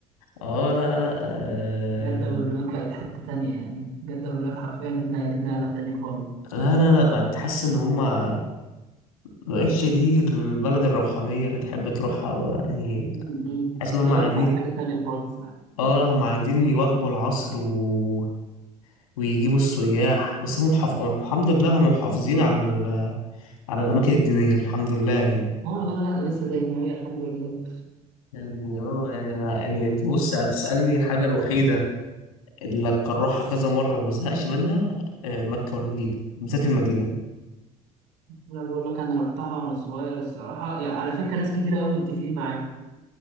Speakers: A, on the left; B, on the right.
A: اه لا لا آه
B: جدة والرياض بقت حتة تانية يعني جدة والرياض حرفيا اتنقلت نقلة تانية خالص
A: لا لا لا بقت تحس ان هما مبقتش دي البلد الروحانية اللي تحب تروحها يعني
B: م- م.
A: تحس ان هما
B: قلبت
A: عايزين
B: على حاجة تانية خالص
A: اه لا هما عايزين يواكبوا العصر و... ويجيبوا السياح بس هم محف... الحمد لله هم محافظين على ال... على الأماكن الدينية الحمد لله يعني
B: اه لا لا لسه زي ما هي الحمد لله
A: يعني اه يعني أنا- يعني بص هتسألني الحاجة الوحيدة اللي أكررها كذا مرة وما زهقش منها آه، مكة والمدينة بالذات المدينة
B: انا بقول لك انا رحتها وانا صغير الصراحه يعني على فكره ناس كتير قوي متفقين معاك